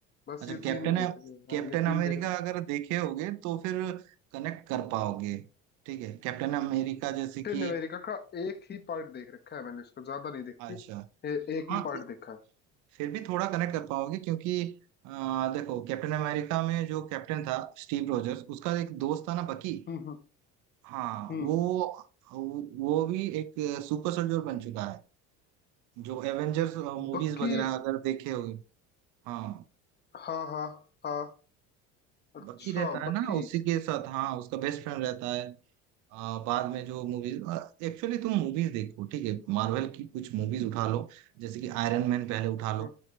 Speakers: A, on the left; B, on the right.
A: बस
B: अच्छा
A: ये
B: कैप्टन
A: तीन देख रखी है
B: कैप्टन
A: हाँ ये तीन
B: अमेरिका
A: देख रखी
B: अगर देखे होगे तो फिर कनेक्ट कर पाओगे ठीक है कैप्टन अमेरिका जैसे
A: कैप्टन
B: कि
A: अमेरिका का एक ही पार्ट देख रखा है मैंने उसका ज्यादा नहीं देखी
B: अच्छा
A: है, ए, एक
B: हाँ
A: ही पार्ट
B: ए-
A: देखा है
B: फिर भी थोड़ा कनेक्ट कर पाओगे क्योंकि अ, देखो कैप्टन अमेरिका में जो कैप्टन था स्टीव रोजर्स उसका एक दोस्त था ना बकी
A: हम्म हम्म
B: हाँ
A: हम्म
B: वो वो भी एक सुपर सोल्जर बन चुका है जो एवेंजर्स मूवीज
A: बाकी
B: वगैरह अगर देखे हो हाँ
A: हाँ हाँ हाँ अच्छा
B: बकी रहता है
A: बक्की
B: ना उसी के साथ हाँ उसका बेस्ट फ्रेंड रहता है आ, बाद में जो मूवीज एक्चुअली तुम मूवीज देखो ठीक है मार्वल की कुछ मूवीज उठा लो जैसे कि आयरन मैन पहले उठा लो
A: हम्म